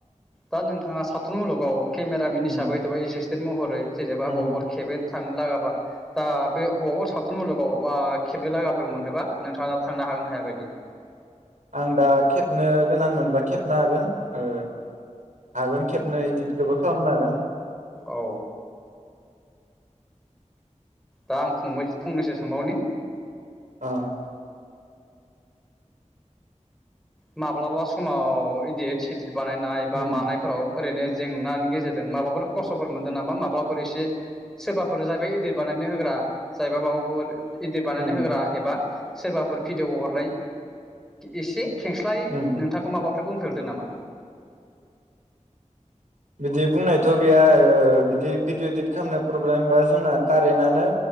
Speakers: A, in the centre; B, on the right.
A: दा नोंथाङा सावथुन मुलुगाव केमेरामेन हिसाबै
B: उम
A: थेवबो एसिस टेन महरै जेनेबा
B: उम
A: बबाव अबाव खेबेन थांनो लागाबा दा बे हौर सावथुन मुलुगाव बा खेबनो लागाफोर मोनोबा नोंथाङा थांनो हागोन हाया बे बायदि
B: आं दा खेबनो गोनां मोनबा खेबनो हागोन ओ हागोन खेबनो इदिटखौबो खालामनो हागोन
A: औ दा आं फंबाय फंनैसो सोंबावनि
B: अ
A: माब्लाबा समाव इदिट सिदिर बानायनाय बा
B: उम
A: मानायफोराव ओरैनो जेंनानि गेजेरजों माबाफोर खस्थ' फोर मोनदों नामा माब्लाफोर एसे सोरबाफोर जाहैबाय इदित बानायनो होग्रा जाहैबाया माबाफोर इदित बानायनानै
B: उम
A: होग्रा एबा सोरबाफोर भिडिअ हरनाय एसे खेंस्लाय
B: उम
A: नोंथांखौ माबाफोरफोरखौ बुं रदो नामा?
B: बिदि बुंनायथ' गैया ओ बिदि भिडिअ इदित खालामनो प्रब्लेम बा जोंना कारेन्टनो